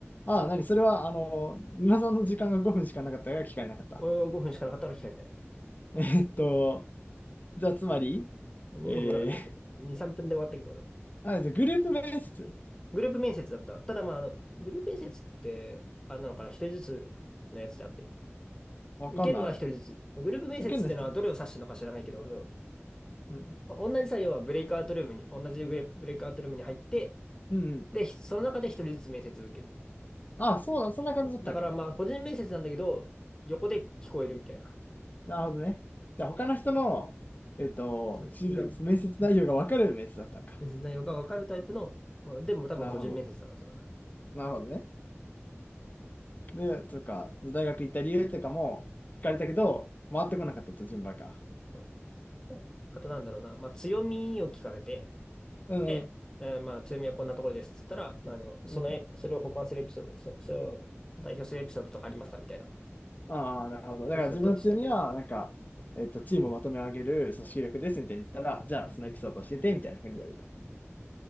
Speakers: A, on the left; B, on the left.
A: ああ、
B: か、
A: なに、それは、あの、皆さんの時間が5分しかなかったから聞かれなかった。
B: 俺は5分しかなかったから聞かれてない。
A: <laughs> えっと、じゃあつまり、
B: 5分もなかったけど、
A: えー、
B: 2、3分で終わったけど、俺の。
A: <laughs> あ、じゃあグループ面接
B: グループ面接だった。ただまあ、あの、グループ面接って、あれなのかな、一人ずつのやつであってる。
A: わかんない。
B: 受けるのは一人ずつ。グループ面接っていうのはどれを指してるのか知らないけど、
A: 受けんな人。うん、
B: 同じ作業はブレイクアウトルームに、同じブレイクアウトルームに入って、
A: うん、うん。
B: で、その中で一人ずつ面接を受ける。
A: ああ、そうだ、そんな感じだったんか。
B: だからまあ、個人面接なんだけど、横で聞こえるみたいな。
A: なるほどね。じゃあ他の人の、えっと、
B: そう。
A: し面接内容がわかる面接だったんか。
B: が、うん、面接内容がわかるタイプの、まあ、でも多分個人面接だな、
A: なるほど。
B: それは。
A: なるほどね。
B: うん
A: で、とか、大学行った理由とかも聞かれたけど、回ってこなかったと、
B: うん
A: 順番が。
B: うんであとなんだろうな、まあ、強みを聞かれて、
A: うん
B: で、えーまあ、強みはこんなところですっつったら、まあ、あの、その、
A: うん、
B: えそれを補完するエピソード、そ、それを代表するエピソードとかありますかみたいな、
A: ああ、なるほど。だから自分の強みは、
B: 聞かれたりした。
A: なんか、えっと、チームをまとめ上げる組織力ですみたいに言ったら、
B: うん。
A: じゃあ、
B: うん
A: そのエピソードを教えて、みたいな風に言うと。